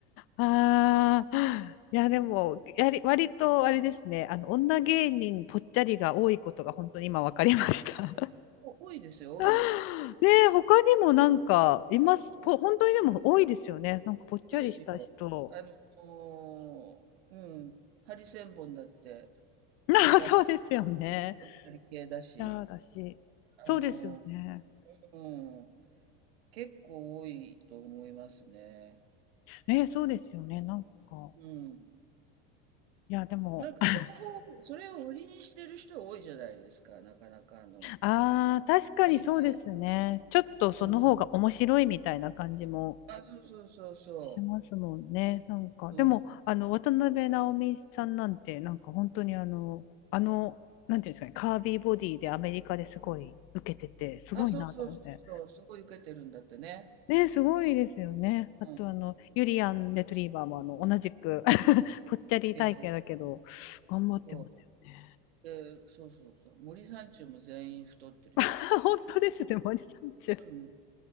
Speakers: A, on the left (about 50°); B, on the right (about 90°).
A: ああ、<gasps> いや、でも、やり、割とあれですね、あの、女芸人ぽっちゃりが多いことが本当に今分かりました。
B: お多いですよ、多いです。
A: <laughs> ねえ、他にもなんか、います。ぽ、本当にでも多いですよね。なんかぽっちゃりした人。
B: 多いですよ。あのーうん、ハリセンボンだって
A: <laughs> ああ、
B: 片っ
A: そうですよね。
B: ぽ系だし、
A: いやー、だし。そうですよね。
B: あのーうん、結構多いと思いますね。
A: えー、そうですよね。なんか、
B: うん。
A: いや、でも、
B: なんかその方、
A: <laughs>
B: それを売りにしてる人多いじゃないですか、なかなかあの、
A: ああ、確かにそうですね。
B: やり系の。
A: ちょっとその方が面白いみたいな感じも。
B: うんあ、そうそうそうそ
A: しますもんね。なんか、
B: う。
A: でも、
B: うん。
A: あの、渡辺直美さんなんて、なんか本当にあの、あの、なんていうんですかね、カービーボディでアメリカですごい受けてて、すごいなと思って。
B: あ、そうそうそうそう。すごい受けてるんだってね。
A: ね、すごいですよね。あと、
B: うん。
A: あの、ユリアン・レトリーバーも、あの、同じく <laughs> ぽっちゃり体型だけど、
B: ええ、
A: 頑張ってますよね。
B: そう。で、そうそうそう。森三中も全員太ってるし。
A: <laughs> 本当ですね、森三中。い
B: うん。